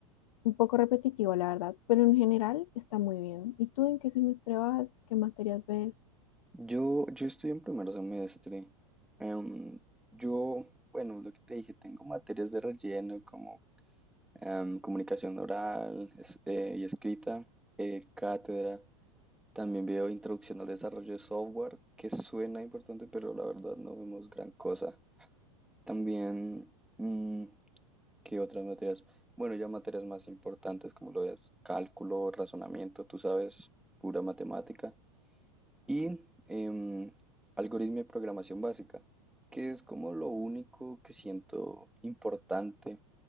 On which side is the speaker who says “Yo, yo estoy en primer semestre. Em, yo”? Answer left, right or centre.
Centre